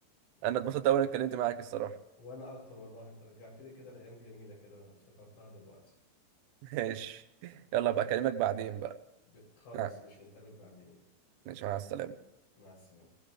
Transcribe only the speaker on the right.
انا اتبسطت
قوي اني اتكلمت معاك الصراحه
<laughs> ماشي يلا بقى اكلمك
بعدين بقى
مع-
ماشي مع السلامه